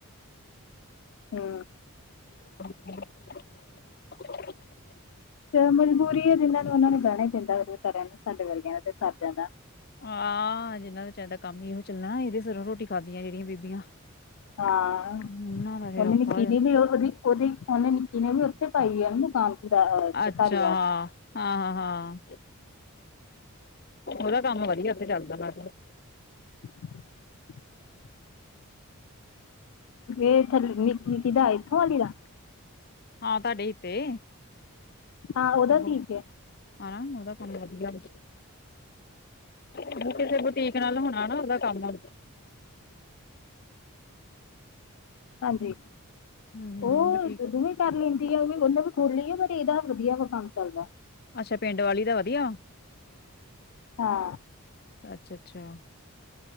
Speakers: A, on the left (about 65°); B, on the left (about 45°).
A: ਹੂੰ।
B: <inaudible>
A: ਫੇਰ ਮਜਬੂਰੀ ਏ ਜਿਨਾਂ ਨੂੰ ਉਨਾ ਨੂੰ ਬੈਂਣਾ ਏ ਪੈਂਦਾ ਫੇਰ ਓ ਸਾਰਿਆਂ ਨੂੰ ਸਾਡੇ ਵਰਗਿਆਂ ਦਾ ਤੇ ਸਰ ਜਾਂਦਾ।
B: ਆ‌ ਜਿੰਨਾ ਦਾ ਚਰਦਾ ਕੰਮ ਈ ਏਹੋ ਚੱਲਣਾ ਇਦੇ ਸਿਰੋਂ ਰੋਟੀ ਖਾਂਦੀਆਂ ਜੇੜੀਆਂ ਬੀਬੀਆਂ।
A: ਹਾਂ
B: ਉਹਨਾਂ ਦਾ ਫੇਰ
A: ਹੁਣ
B: ਔਖਾ
A: ਏਨੀ ਕਿਲੀ
B: ਹੋ
A: ਨੀ ਓ ਵਧੀ ਉਦੀ ਉਨੇ ਨਿੱਕੀ ਨੇ ਵੀ ਉੱਥੇ ਪਾਈ ਐ ਦੁਕਾਨ।
B: ਅੱਛਾ
A: ਧਾਰੀਵਾਲ
B: ਹਾਂ। ਹਾਂ-ਹਾਂ, ਉਦਾ ਕੰਮ ਵਧੀਆ ਉੱਥੇ ਚੱਲਦਾ ਬਾਹਰ।
A: <inaudible> ਏ ਥਾ ਕੀ ਨੀ ਕੀਦਾ ਏਥੋਂ ਆਲੀ ਦਾ।
B: ਹਾਂ ਤੁਹਾਡੇ ਈ ਤੇ।
A: ਹਾਂ ਉਦਾ
B: ਅੱਗੋਂ
A: ਠੀਕ ਐ।
B: ਹਨਾ ਉਦਾ ਕੰਮ ਵਧੀਆ ਵੇ। ਹੋਰ ਕਿਸੇ ਬੁਟੀਕ ਨਾਲ ਹੋਣਾ ਨਾ ਉਦਾ ਕੰਮ।
A: ਹਾਂਜੀ,
B: ਹਮ
A: ਓ
B: ਬੁਟੀਕ
A: ਦੋਵੇਂ ਕਰ ਲੈਂਦੀ ਆ ਓ ਵੀ ਉਨੇ ਵੀ ਖੋਲੀ ਆ ਪਰ ਏਦਾ ਵਧੀਆ ਵਾ ਕੰਮ ਚੱਲਦੈ।
B: ਅੱਛਾ ਪਿੰਡ ਵਾਲੀ ਦਾ ਵਧੀਆ।
A: ਹਾਂ।
B: ਅੱਛਾ-ਅੱਛਾ।